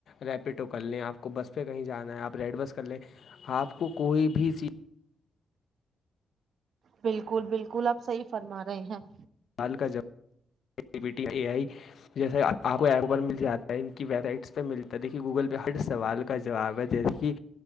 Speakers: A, on the left; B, on the right.
A: ریپڈو کر لیں آپ کو بس پہ کہیں جانا ہے آپ ریڈ بس کر لیں آپ کو کوئی بھی چیز-
B: بالکل- بالکل آپ صحیح فرما رہے ہیں-
A: سال کا جب ای بیی ٹی اے آئی جیسے آپ کو ایپ پر مل جاتا ہے ان کی ویب سائٹسہ ملتا ہےیکے گوگل پہ- ہر سوال کا جواب ہے جیسے کہ